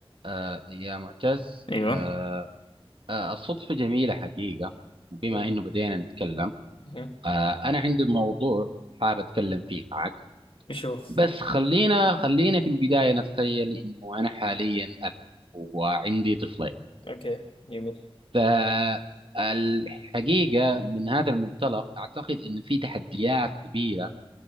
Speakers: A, on the right; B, on the left.
A: آه يا معتز
B: ايوه
A: آه آه الصدفة جميلة حقيقة وبما
B: كده
A: إنه بدينا نتكلم
B: مهم.
A: آه أنا عندي موضوع حابب أتكلم فيه معك
B: نشوف
A: بس خلينا خلينا في البداية نتخيل إنه أنا حاليا أب وعندي طفلين
B: اوكي جميل
A: فالحقيقة من هذا المنطلق أعتقد إنه في تحديات كبيرة